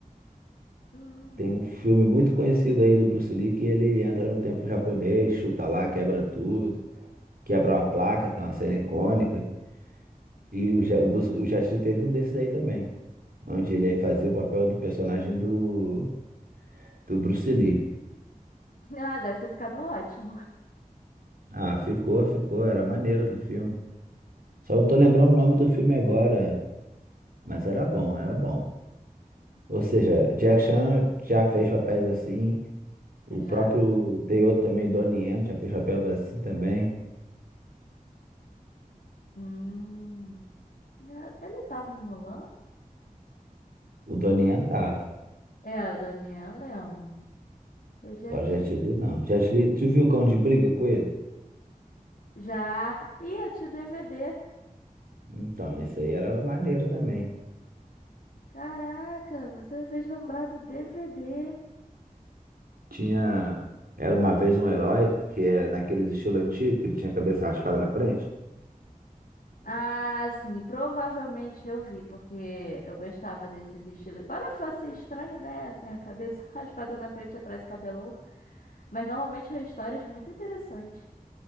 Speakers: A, on the left; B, on the right.
A: Hum.
B: Tem um filme muito conhecido aí do Bruce Lee que ele entra no templo japonês, chuta lá, quebra tudo, quebra uma placa, que é uma cena icônica. E o, Ja- o, Bruce- o Jet Li teve um desses aí também, onde ele fazia o papel do personagem do, do Bruce Lee.
A: Ah, deve ter ficado ótimo.
B: Ah, ficou, ficou. Era maneiro aquele filme. Só não tô lembrando o nome do filme agora, mas era bom, era bom. Ou seja, Jack Chan já fez papéis assim. O
A: <laughs> Já.
B: próprio. Tem outro também, Donnie Yen, já fez papel assim também.
A: Hum. Ah, Ele tava em Mulan?
B: O Donnie Yen tava.
A: É, a Daniel, eu lembro. Eu já
B: Agora
A: te
B: o Jet Li
A: li.
B: não. Jet Li, tu viu o Cão de Briga com ele?
A: Já. Ih, eu te DVD.
B: Então, isso aí era maneiro também.
A: Caraca, você me fez lembrar do DVD.
B: Tinha. Era uma vez um herói, que é naqueles estilo antigo, que ele tinha a cabeça raspada na frente.
A: Ah, sim, provavelmente eu vi, porque eu gostava desses estilos. E Para fazer estranho, né? Assim, a cabeça <laughs> raspada na frente e atrás, cabelão. Mas normalmente são histórias muito interessantes.